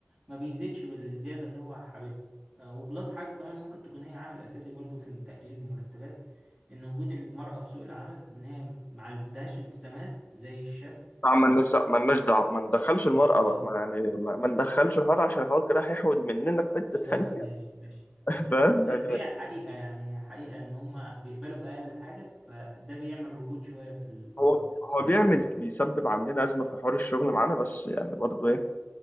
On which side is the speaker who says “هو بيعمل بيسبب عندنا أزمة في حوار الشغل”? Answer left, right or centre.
Left